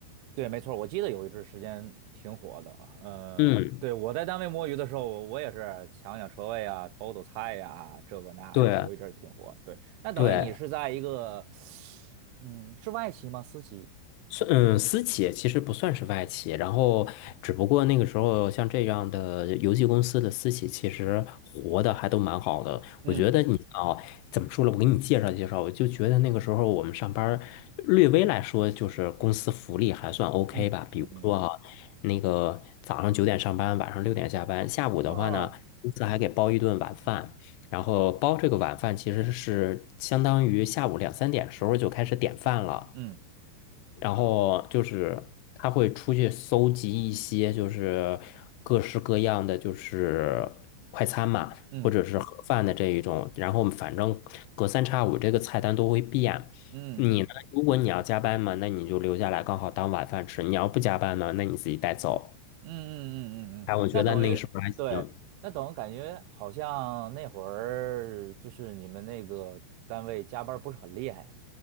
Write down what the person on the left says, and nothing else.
嗯，
对
对，
是嗯，私企其实不算是外企，然后只不过那个时候像这样的游戏公司的私企，其实活的还都蛮好的。
我觉得你啊，怎么说了？我给你介绍介绍，我就觉得那个时候我们上班儿，略微来说就是公司福利还算 OK
吧。比如说哈、那个早上九点上班，晚上六点下班，下午的话呢，
公司还给包一顿晚饭。然后包这个晚饭其实是相当于下午两三点时候就开始点饭了。
然后就是他会出去搜集一些就是各式各样的就是快餐嘛，
或者是盒饭的这一种，然后反正隔三差五这个菜单都会变。
你呢？如果你要加班嘛，那你就留下来刚好当晚饭吃；你要不加班呢，那你自己带走。
哎，我觉得那是不是还行？